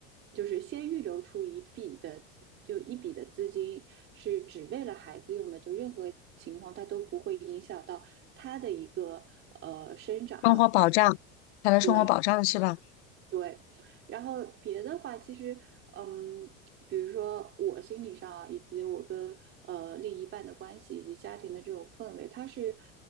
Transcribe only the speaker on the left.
生活保障，他的生活保障是吧？